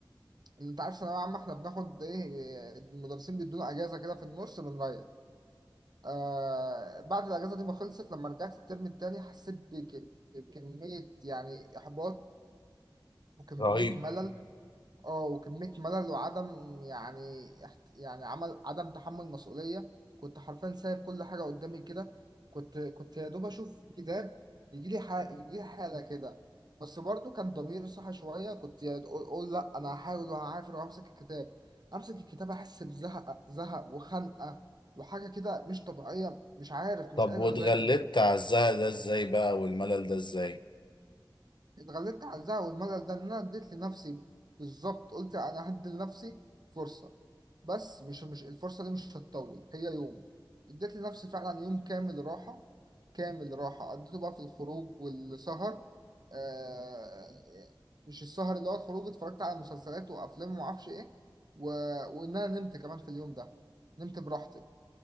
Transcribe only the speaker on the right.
انت عارف ثانويه عامه احنا بناخد ايه آه، المدرسين بيدونا اجازه كده في النص بنريح آه بعد الأجازة دي ما خلصت لما رجعت الترم التاني حسيت بكمية يعني إحباط وكمية
ملل اه وكمية ملل وعدم يعني احت- يعني عمل عدم تحمل مسؤولية كنت حرفيا سايب كل حاجة قدامي كده كنت كنت يا دوب أشوف كتاب يجيلي حاجة يجيلي حالة كده بس برضو كان ضميري صاحي شوية كنت يا دو- أقول لأ أنا هحاول وهعافر وأمسك الكتاب أمسك الكتاب أحس بزهق زهق وخنقة وحاجة كده مش طبيعية مش عارف مش
قادر
أذاكر
اتغلبت على الزعل والملل ده ان انا اديت لنفسي بالظبط قلت انا هدي لنفسي فرصه بس مش مش الفرصه دي مش هتطول هي يوم اديت لنفسي فعلا يوم كامل راحه كامل راحه قضيته بقى في الخروج والسهر آه مش السهر اللي هو الخروج اتفرجت على مسلسلات وافلام وما اعرفش ايه و... وان انا نمت كمان في اليوم ده نمت براحتي